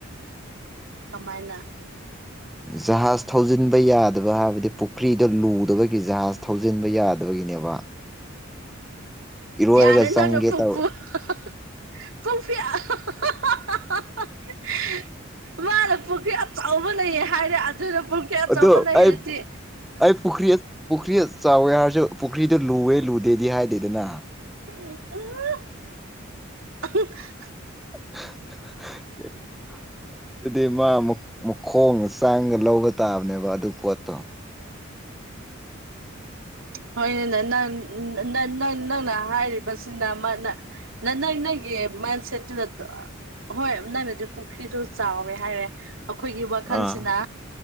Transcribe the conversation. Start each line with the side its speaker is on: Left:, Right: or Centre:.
Right: ꯀꯃꯥꯏꯅ
Centre: ꯖꯍꯥꯖ ꯊꯧꯖꯤꯟꯕ ꯌꯥꯗꯕ ꯍꯥꯏꯕꯗꯤ ꯄꯨꯈ꯭ꯔꯤꯗ ꯂꯨꯗꯕꯒꯤ ꯖꯍꯥꯖ ꯊꯧꯖꯤꯟꯕ ꯌꯥꯗꯕꯒꯤꯅꯦꯕ ꯏꯔꯣꯏꯔꯒ
Right: ꯌꯥꯔꯦ ꯅꯪꯅ
Centre: ꯆꯪꯒꯦ
Right: ꯐꯨꯄꯨ
Centre: ꯇꯧꯔ
Right: <unintelligible> ꯃꯥꯅ ꯄꯨꯈ꯭ꯔꯤ ꯑꯆꯧꯕ ꯂꯩꯌꯦ ꯍꯥꯏꯔꯦ ꯑꯗꯨꯅ ꯄꯨꯈ꯭ꯔꯤ ꯑꯆꯧꯕ
Centre: ꯑꯗꯣ
Right: ꯂꯩꯔꯗꯤ
Centre: ꯑꯩ ꯑꯩ ꯄꯨꯈ꯭ꯔꯤ ꯄꯨꯈ꯭ꯔꯤ ꯆꯥꯎꯋꯦ ꯍꯥꯏꯔꯁꯨ ꯄꯨꯈ꯭ꯔꯤꯗ ꯂꯨꯋꯦ ꯂꯨꯗꯦꯗꯤ ꯍꯥꯏꯗꯦꯗꯅ
Right: <unintelligible>
Centre: <inaudible> ꯑꯗꯨꯗꯤ ꯃꯥ ꯃꯈꯣꯡꯒ ꯆꯥꯡꯒ ꯂꯧꯕ ꯇꯥꯕꯅꯦꯕ ꯑꯗꯨ ꯄꯣꯠꯇꯣ
Right: ꯍꯣꯏꯅꯦ ꯅꯪ ꯅꯪ ꯅꯪ ꯅꯪꯅ ꯍꯥꯏꯔꯤꯕꯁꯤꯅ ꯑꯃꯥꯅ ꯅꯪ ꯅꯪꯒꯤ ꯃꯟꯁꯦꯠꯇꯣ ꯅꯠꯇ꯭ꯔꯣ ꯍꯣꯏ ꯅꯪꯅꯗꯤ ꯄꯨꯈ꯭ꯔꯤꯗꯣ ꯆꯥꯎꯋꯦ ꯍꯥꯏꯔꯦ ꯑꯩꯈꯣꯏꯒꯤ ꯋꯥꯈꯜꯁꯤꯅ
Centre: ꯑꯥ